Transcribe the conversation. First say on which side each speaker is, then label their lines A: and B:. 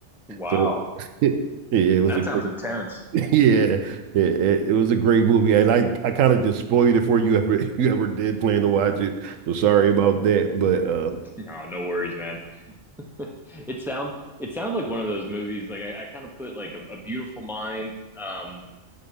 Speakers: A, in the centre; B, on the right.
A: Wow.
B: So, <laughs> yeah, it was
A: That
B: a great.
A: sounds intense.
B: <laughs> Yeah, it, it, it was a great movie, and I, I kind of just spoiled it for you ever <laughs> you ever did plan to watch it. So sorry about that, but uh,
A: No, no worries, man. <laughs> It sounds. it sounds like one of those movies. Like I, I kind of put like a, a Beautiful Mind. Um,